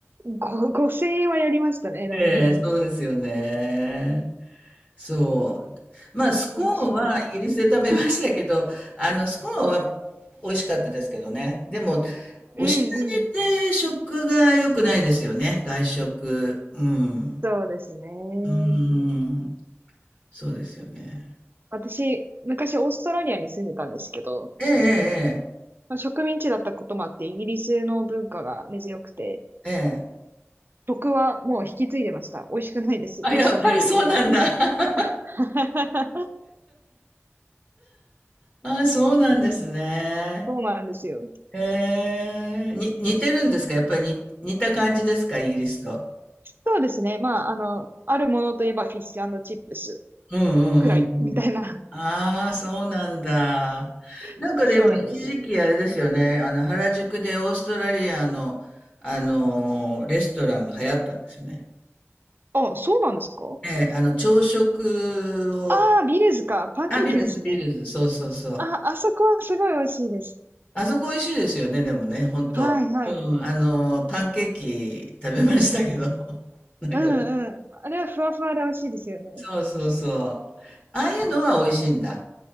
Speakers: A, on the right (about 50°); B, on the left (about 25°).
A: ご、5千円はやりましたね、だいぶ。
B: ええ、そうですよね。そう。まあ、スコーンはイギリスで食べましたけど、
A: 面白いな。
B: あの、スコーンは美味しかったですけどね。でも、
A: うんうん。
B: おしゃれで食が良くないですよね。外食。うん。
A: そうですね。
B: うん。そうですよね。
A: 私、昔オーストラリアに住んでたんですけど、
B: ええ、
A: まあ、植民地だったこともあってイギリスの文化が根強くて、
B: ええ、ええ。
A: 食はもう引き継いでました。美味しくないです。
B: あ、
A: オーストラリアもあんまり。
B: やっぱりそうなんだ。<laughs>
A: <laughs>
B: あ、そうなんですね。
A: そうなんですよ。
B: ええ、に、似てるんですかやっぱりに似た感じですかイギリスと。
A: そうですね。まあ、あの、あるものといえばフィッシュチップス
B: うんうんうんうん。
A: くらいみたいな。
B: ああ、そうなんだ。
A: <laughs>
B: なんかでも一時期あれですよね。
A: そうなんです。
B: あの、原宿でオーストラリアの、あのーレストランが流行ったんですよね。
A: あ、そうなんですか
B: ええ、あの、朝食を、
A: ああー、ビレーズか。パンケーキですね。
B: あ、ビルズ、ビルズ、そうそうそう。
A: あ、あそこはすごい美味しいです。
B: あそこ美味しいですよね、でもね、ほんと。
A: はい、はい。
B: うん、あの、パンケーキ食べましたけど。<laughs> なんか、
A: うん、うん。あれはふわふわで美味しいですよね。
B: そうそうそう。ああいうのは美味しいんだ。